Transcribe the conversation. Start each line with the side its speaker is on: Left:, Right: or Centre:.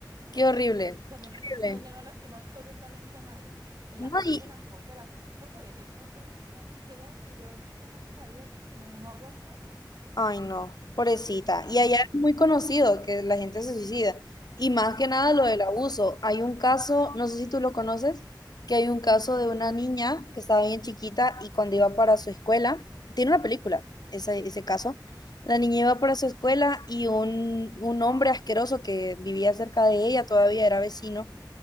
Left: Qué horrible,
Right: donde
Left: qué
Right: no, donde
Left: horrible.
Right: no lastimó absolutamente a nadie. El
Left: No,
Right: acoso,
Left: y
Right: el acoso, el acoso por ella fue horrible y que ella decidió darse la vida porque no, no aguantó.
Left: Ay, no, pobrecita. Y
Right: Bueno,
Left: allá es muy conocido que la gente se suicida. Y más que nada lo
Right: sí,
Left: del abuso. Hay un caso, no sé si tú lo conoces, que hay un caso de una niña que estaba bien chiquita y cuando iba para su escuela, tiene una película, ese, ese caso. La niña iba para su escuela y un, un hombre asqueroso que vivía cerca de ella, todavía era vecino,